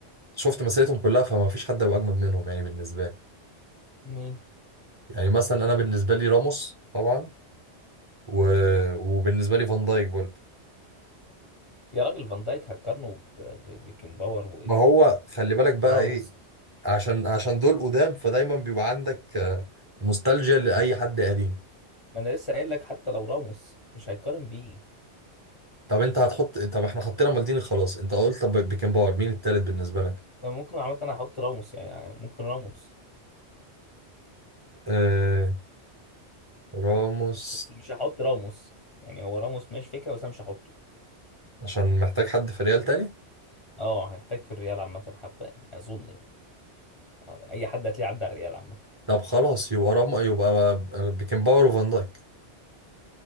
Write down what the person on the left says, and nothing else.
مين
يا راجل فان دايك هتقارنه ب- ب- بيكن باور و-
وراموس
ما انا لسه قايل لك حتى لو راموس مش هيتقارن بيه
كان ممكن عامه انا احط راموس يعني يعني ممكن راموس
بس مش هحط راموس يعني هو راموس ماشي فكره بس انا مش هحطه
اه هيحتاج في الريال عامه حبه يعني اظن يعني آه، اي حد هتلاقيه عدى على الريال عامه